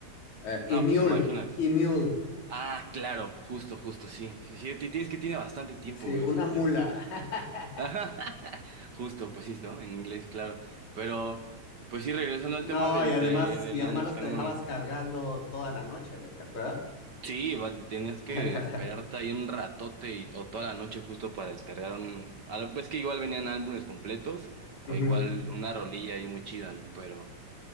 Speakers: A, on the left; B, on the right.
A: Eh,
B: No,
A: y mule,
B: pues imagínate.
A: y mule,
B: Ah, claro, justo, justo, sí. Sí, sí, ti- tienes que tiene bastante tiempo,
A: sí,
B: güey,
A: una
B: eso.
A: mula. <laughs>
B: Ajá, <laughs> Justo, pues sí, ¿no? En inglés, claro. Pero, pues sí, regresando
A: No,
B: al tema del-
A: y además,
B: de, de,
A: y
B: la
A: además
B: música,
A: los dejabas
B: no mames.
A: cargando toda la noche, güey, ¿te acuerdas?
B: Sí, va- tenías que
A: <laughs>
B: esperarte ahí un ratote y- o toda la noche justo para descargar un... al- Es que igual venían álbumes completos o
A: Ujú.
B: igual una rolilla ahí muy chida, ¿no? Pero,